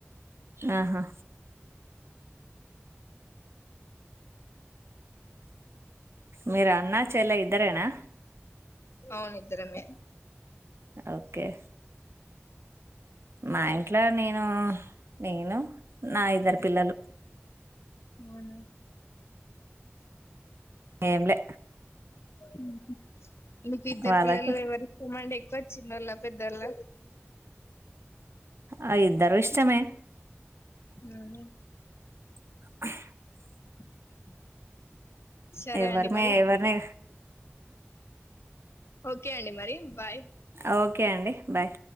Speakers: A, on the right (about 65°); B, on the left (about 65°).
A: ఆహా మీరు అన్నాచ ఎలా ఇరేనా
B: అవును ఇత్రరమే
A: ఒకే మా ఇంట్లో నేను నేను నా ఇద్దరు పిల్లలు
B: అవును
A: ఏమ్లే
B: ఊహు మీకు ఇద్దరు
A: వాళ్ళకు
B: పిల్లల్లో ఎవరిస్తమండి ఒకర్ చిన్నోల్ల పెద్దోళ్ల
A: ఆ ఇద్దరు ఇష్టమే
B: హ్మ్
A: <inaudible>
B: <inaudible> సరే
A: ఎవరిమే
B: అండి మరి
A: ఎవరిని
B: ఓకే అండి మరి బాయ్
A: ఓకే అండి బాయ్